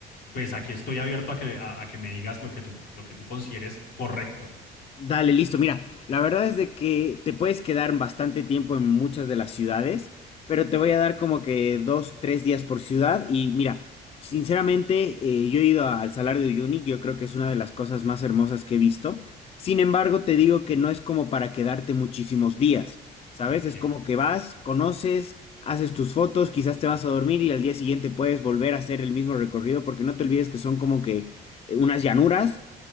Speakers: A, on the left; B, on the left.
A: pues aquí estoy abierto a que, a, a que me digas lo que tú, lo que tú consideres correcto.
B: Dale, listo. Mira, la verdad es de que te puedes quedar bastante tiempo en muchas de las ciudades, pero te voy a dar como que dos, tres días por ciudad. Y mira, sinceramente, eh, yo he ido al Salar de Uyuni, yo creo que es una de las cosas más hermosas que he visto. Sin embargo, te digo que no es como para quedarte muchísimos días, ¿sabes?
A: Ok.
B: Es como que vas, conoces, haces tus fotos, quizás te vas a dormir y al día siguiente puedes volver a hacer el mismo recorrido, porque no te olvides que son como que eh, unas llanuras